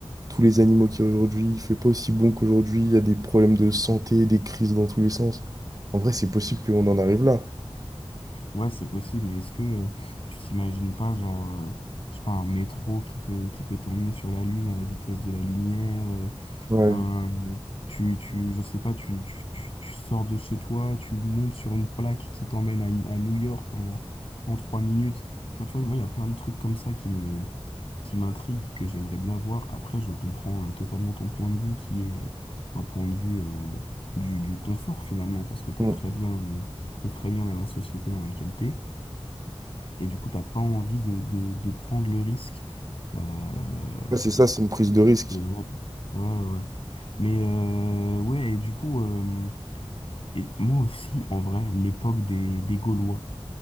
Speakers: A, on the right; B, on the left.
A: tous les animaux qu'il y a aujourd'hui, il fait pas aussi bon qu'aujourd'hui, il y a des problèmes de santé, des crises dans tous les sens. En vrai, c'est possible qu'on en arrive là.
B: Ouais, c'est possible, mais est-ce que euh, tu t'imagines pas, genre, euh, je sais pas, un métro qui peut, qui peut t'emmener sur la Lune à la vitesse de la lumière, euh,
A: Ouais.
B: un, tu, tu, je sais pas, tu, tu, tu, tu sors de chez toi, tu montes sur une plaque qui t'emmène à, à New York en, en 3 minutes. Enfin, tu vois, moi, il y a plein de trucs comme ça qui me, qui m'intrigue, que j'aimerais bien voir. Après, je comprends euh, totalement ton point de vue, qui est euh, un point de vue euh, du, du confort finalement, parce que t'es
A: Hmm.
B: très bien, euh, t'es très bien dans la société dans laquelle t'es, et du coup, t'as pas envie de, de, de prendre le risque. Euh,
A: Ouais, c'est ça, c'est une prise de risque.
B: de- ouais, ouais, ouais. ouais. Mais euh, ouais, et du coup, euh, et moi aussi, en vrai, l'époque des, des Gaulois.